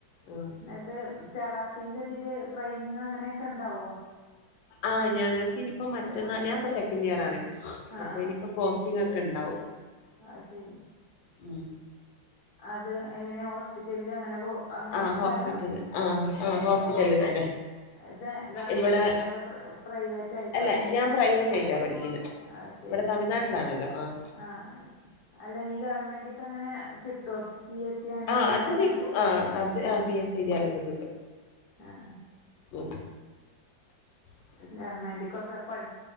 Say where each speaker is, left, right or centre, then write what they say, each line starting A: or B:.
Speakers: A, on the left (about 80°); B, on the left (about 60°).
A: ആഹ്
B: എന്നിട്ട് തെറാപ്പിന്റെ ഇതില് ട്രെയിനിങ് അങ്ങനെയൊക്കെ ഉണ്ടാവുവോ.
A: ആഹ് ഞങ്ങക്ക് ഇനിയിപ്പോ മറ്റന്നാ ഞാൻ ഇപ്പ സെക്കൻഡ് ഇയർ ആണ്
B: ആഹ്
A: അപ്പൊ ഇനിപ്പ പോസ്റ്റിംഗക്കെ ഇണ്ടാവും
B: ആഹ് ശരി
A: ഉം
B: അത് എങ്ങനെ ഹോസ്പിറ്റലില് അങ്ങനെ പോ അങ്ങനെക്കാരോ
A: ആഹ് ഹോസ്പിറ്റല് ആഹ് ആഹ് ഹോസ്പിറ്റല തന്നെ
B: ഇത ഗവൺമെന്റിന്റെ
A: ഇവിടെ
B: അതോ പ്ര പ്രൈവറ്റ് ആയിട്ടോ
A: അല്ല
B: എങ്ങനെ
A: ഞാൻ പ്രൈവറ്റ് ആയിട്ടാ പഠിക്കുന്നത്
B: അഹ്ശരി
A: ഇവിടെ തമഴ്നാട്ടിലാണല്ലോ ആഹ്
B: ആഹ് അല്ല നീ ഗവൺമെന്റ്ക്ക് അങ്ങനെ കിട്ടുവോ പി എസ് സി അങ്ങനെ
A: ആ
B: എന്തെങ്കിലുമൊക്കെ
A: അത് കിട്ടും
B: ആയിട്ട്
A: ആ അത് ആഹ് പി എസ് സി എഴതിയാലൊക്കെ കിട്ടും
B: ആഹ്
A: ഉം ഉ <unintelligible>
B: ഗവൺമെന്റക്കൊക്കെ പഠ